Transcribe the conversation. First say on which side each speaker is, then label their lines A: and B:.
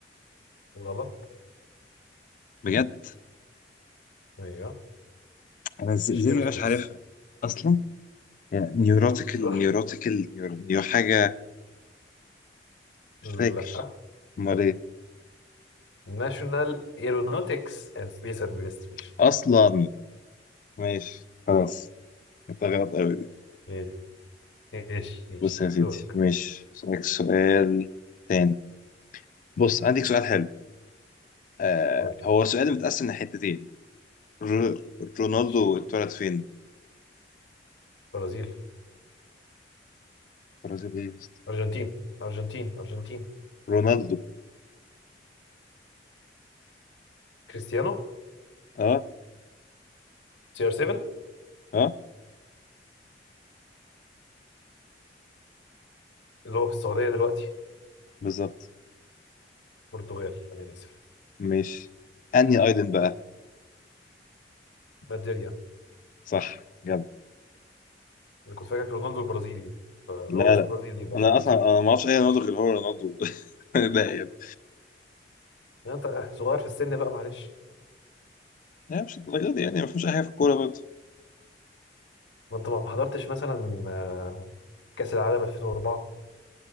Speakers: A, on the left (about 80°); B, on the left (about 45°).
A: غلط
B: بجد
A: أيوه
B: انا إز-
A: مش
B: ازاي
A: إيروسبيس
B: دي مش عارفها اصلا نيوروتيكال
A: أيوه
B: نيوروتيكال نيو حاجه مش
A: لا
B: فاكر امال ايه
A: ناشونال ايرونوتكس اند سبيس ادمنستريشن
B: اصلا ماشي خلاص انت غلط قوي دي
A: <laughs> ايش ايش
B: بص يا سيدي
A: دورك
B: ماشي اسالك سؤال تاني بص عندك سؤال حلو آه
A: قول لي
B: هو سؤال متقسم لحتتين ر- رونالدو
A: ماشي
B: اتولد فين؟
A: برازيل
B: برازيل ايه يا اسطى؟
A: ارجنتين ارجنتين ارجنتين
B: رونالدو
A: كريستيانو
B: اه
A: سي ار 7
B: اه
A: اللي هو في السعوديه دلوقتي
B: بالظبط
A: برتغال انا اسف
B: ماشي انهي ايلاند بقى؟
A: نيجيريا
B: صح جد
A: انا كنت فاكر رونالدو البرازيلي فاللي
B: لا
A: هو مش
B: لا
A: برازيلي الارجنتين
B: انا اصلا انا ما اعرفش اي رونالدو
A: ماشي.
B: غير هو رونالدو <laughs> ده يعني
A: يعني انت آه، صغير في السن بقى معلش
B: يعني مش الدرجه دي يعني ما فيهمش اي حاجه في الكوره برضه
A: ما انت ما حضرتش مثلا آه، كاس العالم 2004